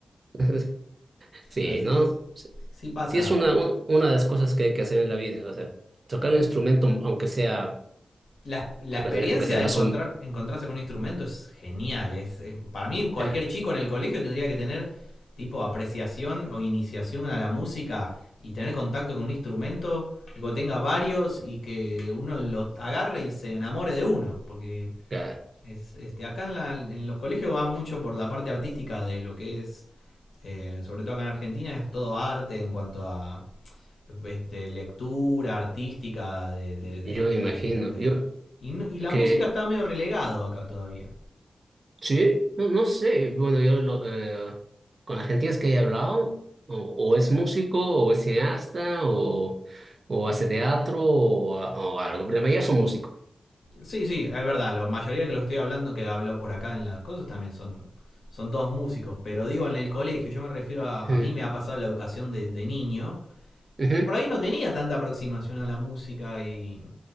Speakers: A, on the right; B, on the left.
A: <laughs> Sí,
B: Así
A: ¿no?
B: que sí, sí pasa.
A: Sí, es una, un- una de las cosas que hay que hacer en la vida, o sea, tocar un
B: Y
A: instrumento, aunque sea,
B: la, la
A: aunque
B: experiencia
A: sea, aunque sea
B: de
A: más
B: encontrar,
A: un...
B: encontrarse con un instrumento es genial. Es, es- para mí, cualquier
A: eh,
B: chico en el colegio tendría que tener tipo apreciación o iniciación a la música y tener contacto con un instrumento que tenga varios y que uno lo agarre y se enamore de uno. Porque
A: o sea,
B: es, este, acá en, la- en los colegios va mucho por la parte artística de lo que es, eh, sobre todo acá en Argentina, es todo arte en cuanto a de lectura artística, de... de- de-
A: yo me
B: de-
A: imagino,
B: de-
A: yo
B: Y, no- y la
A: que...
B: música está medio relegado acá todavía.
A: Sí, no, no sé, bueno, yo lo, eh, con argentinos que he hablado, o, o es músico, o es cineasta, o, o hace teatro, o, o algo, pero la mayoría son músicos.
B: Sí, sí, es verdad, la mayoría que lo estoy hablando, que hablo por acá en las cosas, también son, son todos músicos, pero digo en el colegio, yo me refiero a,
A: Mm,
B: a mí me ha pasado la educación de, de niño,
A: ujú,
B: y que por ahí no tenía tanta aproximación a la música y,